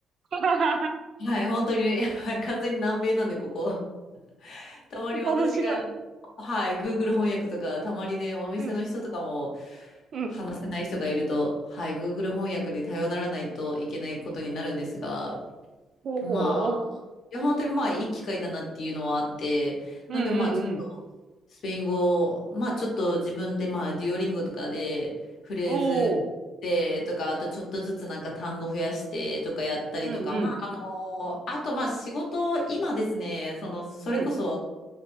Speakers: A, on the right; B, on the left.
A: <laughs>
B: はい、本当にね、<laughs> はい、完全に南米なんで、ここ。<laughs> たまに私が、
A: 面白い。
B: はい、Google 翻訳とか、たまにね、お店の人とかも
A: うん。うん。
B: 話せない人がいると、はい、Google 翻訳に頼らないといけないことになるんですが、
A: おお。
B: まいや、本当にまあいい機会だなっていうのはあって、
A: うんうんうん。
B: なんでまあちょっとスペイン語、まあちょっと自分でまあデュオリンゴとかでフレーズでとか、
A: おお。
B: あとちょっとずつなんか単語増やしてとかやったりとか、
A: うんうん。
B: まああの、あとまあ仕事、今ですね、その、それこそ
A: うん。